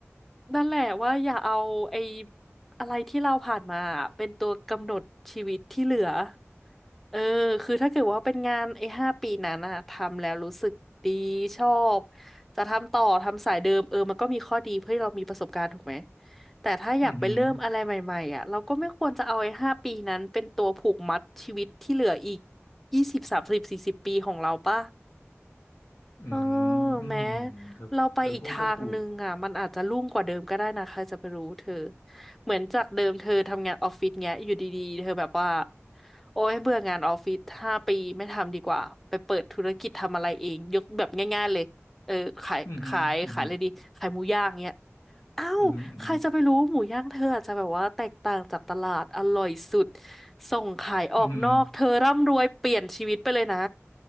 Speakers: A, in the centre; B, on the left (about 80°).
A: นั่นแหละว่าอย่าเอาไอ้อะไรที่เราผ่านมาเป็นตัวกำหนดชีวิตที่เหลือ เออ คือถ้าเกิดว่าเป็นงานไอ้ห้าปีนั้นอะทำแล้วรู้สึกดีชอบจะทำต่อทำสายเดิมเออมันก็มีข้อดีเพื่อให้เรามีประสบการณ์ถูกไหมแต่ถ้าอยากไปเริ่มอะไรใหม่ๆอะเราก็ไม่ควรจะเอาไอ้ห้าปีนั้นเป็นตัวผูกมัดชีวิตที่เหลืออีก
B: อือหือ
A: ยี่สิบสามสิบสี่สิบปีของเราป่ะ
B: อื
A: เออ
B: มอืม
A: แม้
B: เธอเธอพูดก็ถูก
A: เราไปอีกทางนึงอ่ะมันอาจจะรุ่งกว่าเดิมก็ได้นะใครจะไปรู้เธอเหมือนจากเดิมเธอทำงานออฟฟิศเงี้ยอยู่ดีๆเธอแบบว่าโอ๊ยเบื่องานออฟฟิศห้าปีไม่ทำดีกว่าไปเปิดธุรกิจทำอะไรเองยกแบบง่ายๆเลยเออขายขายขายอะไรดีขายหมูย่างเงี้ย
B: อือหืออือหือ
A: อ้าวใครจะไปรู้หมูย่างเธออาจจะแบบว่าแตกต่างจากตลาดอร่อยสุด
B: อือหืออือหือ
A: ส่งขายออกนอกเธอร่ำรวยเปลี่ยนชีวิตไปเลยนะ
B: อือหือ